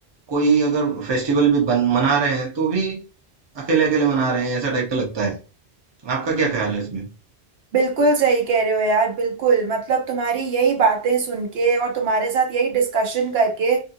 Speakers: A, on the right (about 30°); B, on the right (about 70°).
A: कोई अगर फेस्टिवल भी बन, मना रहे हैं तो भी अकेले अकेले मना रहे हैं ऐसा टाइप का लगता है आपका क्या ख्याल है इसमें
B: बिल्कुल सही कह रहे हो यार बिल्कुल मतलब तुम्हारी यही बातें सुन के और तुम्हारे साथ यही डिस्कशन करके